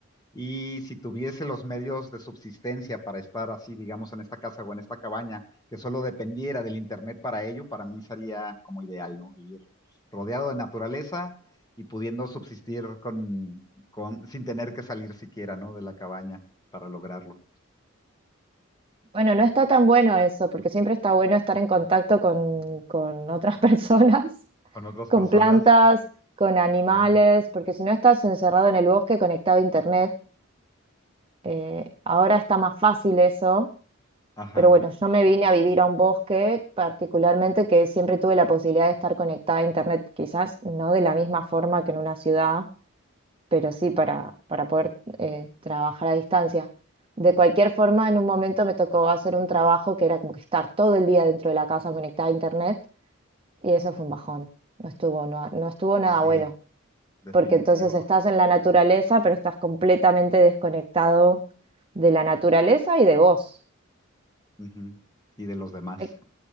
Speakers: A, on the left; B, on the right.
A: y si tuviese los medios de subsistencia para estar así, digamos, en esta casa o en esta cabaña, que solo dependiera del internet para ello, para mí sería como ideal, ¿no? Vivir rodeado de naturaleza y pudiendo subsistir con, con, sin tener que salir siquiera, ¿no? De la cabaña para lograrlo.
B: Bueno, no está tan bueno eso, porque siempre está bueno estar en contacto con, con otras <laughs> personas
A: Con otras
B: con
A: personas.
B: plantas, con animales,
A: ujú,
B: porque si no estás encerrado en el bosque conectado a internet, eh, ahora está más fácil eso,
A: Ajá.
B: pero bueno, yo me vine a vivir a un bosque particularmente que siempre tuve la posibilidad de estar conectada a internet, quizás no de la misma forma que en una ciudad, pero sí para, para poder eh, trabajar a distancia. De cualquier forma, en un momento me tocó hacer un trabajo que era como que estar todo el día dentro de la casa conectada a internet y eso fue un bajón. No estuvo, no no estuvo nada
A: Sí,
B: bueno.
A: definitivo.
B: porque entonces estás
A: ajá,
B: en la naturaleza, pero estás completamente desconectado de la naturaleza y de vos.
A: ujú, Y de los demás.
B: Hay,